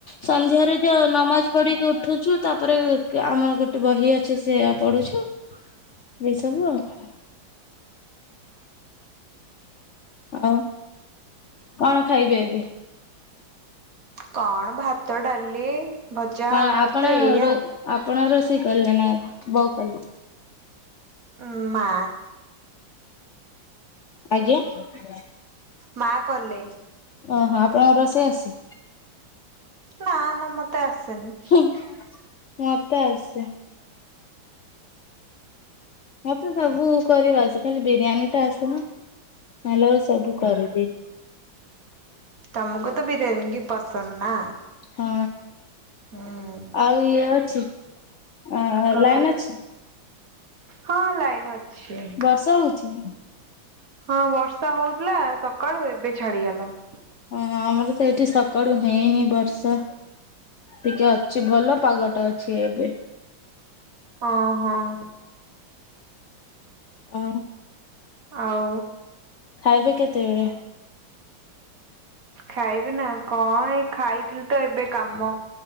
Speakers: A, on the left; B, on the right.
A: ସନ୍ଧ୍ୟାରେ ଯୋଉ ନମାଜ ପଢିକି ଉଠୁ ଚୁ ତାପରେ କେ-ଆମର ଗୋଟେ ବହି ଅଛି ସେୟା ପଢୁଛୁ। ଏଇ ସବୁ ଆଉ କଣ। ଆଉ କଣ ଖାଇବେ ଏବେ?
B: କଣ ଭାତ, ଡାଲି, ଭଜା,
A: କଣ
B: ଆଳୁ ଭର୍ତା
A: ଆପଣ
B: ଏଇଆ।
A: ରୋ ଆପଣ ରୋଷେଇ କଲେ ନା ବୋଉ କଲେ?
B: ଉଁ, ମା।
A: ଆଜ୍ଞା ଓହୋ,
B: ମା କଲେ
A: ଆପଣଙ୍କ ରୋଷେଇ ଆସେ
B: ନା ନା ମୋତେ ଆସେନି।
A: ହିଁ, ମୋତେ ଆସେ। ମୋତେ ସବୁ କରିବା ଆସେ। ଖାଲି ବିରିୟାନୀ ଟା ଆସେନା। ତାହେଲେ ଓ ସବୁ କରଦିିଏ।
B: ତୋମକୁ ତ ବିରିୟାନୀ କି ପସନ୍ଦ ନା?
A: ହଁ,
B: ହୁଁ
A: ଆଉ ଇଏ ଅଛି ଅ,
B: କଣ
A: ଲାଇନ୍
B: କହିଲ?
A: ଅଛି?
B: ହଁ ଲାଇନ୍ ଅଛି।
A: ବର୍ଷା ହଉଛି?
B: ହଁ ବର୍ଷା ହଉଥିଲା ସକାଳୁ ଏବେ ଛାଡିଗଲା।
A: ହଁ ଆମର ତ ଏଇଠି ସକାଳୁ ହେଇନି ବର୍ଷା। ଟିକେ ଅଛି ଭଲ ପାଗଟା ଅଛି ଏବେ।
B: ଅଁ, ହଁ।
A: ଆଉ
B: ଆଉ।
A: ଖାଇବେ କେତେବେଳେ।
B: ଖାଇବି ନା କଣ ଏ ଖାଇଥିଲି ତ ଏବେ କାମ